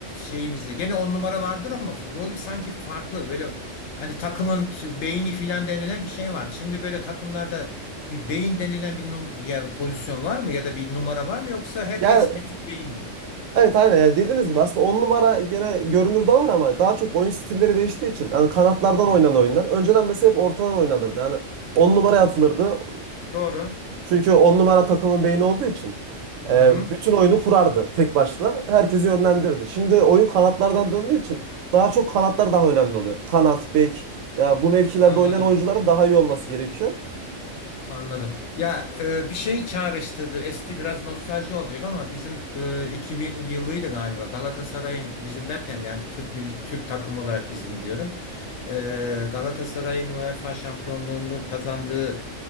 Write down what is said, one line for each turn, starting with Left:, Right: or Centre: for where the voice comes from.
Left: şeyimizde. Gene on numara vardır ama rolü sanki farklı. Böyle hani takımın beyni filan denilen bir şey vardı. Şimdi böyle takımlarda bir beyin denilen bir num- ya pozisyon var mı ya da bir numara var mı yoksa herkes
Right: Ya
Left: bütün beyin mi?
Right: Evet aynen yani dediğiniz gibi aslında 10 numara gene görünürde var ama daha çok oyun stilleri değiştiği için yani kanatlardan
Left: Hmm.
Right: oynanan oyunlar. Önceden mesela hep ortadan oynanırdı. Yani 10 numaraya atılırdı.
Left: Doğru.
Right: Çünkü 10 numara takımın beyni olduğu için
Left: Hı
Right: e,
Left: hı.
Right: bütün oyunu kurardı tek başına. Herkesi yönlendirirdi. Şimdi oyun kanatlardan döndüğü için daha çok kanatlar daha önemli oluyor. Kanat, bek ya bu mevkilerde
Left: Anladım.
Right: oynayan oyuncuların daha iyi olması gerekiyor.
Left: Anladım. Ya e, bir şey çağrıştırdı. Eski biraz nostalji olacak ama bizim e, 2000 yılıydı galiba. Galatasaray'ın bizim derken de yani Türk milli Türk takım olarak bizim
Right: Hı hı.
Left: diyorum. E, Galatasaray'ın UEFA şampiyonluğunu kazandığı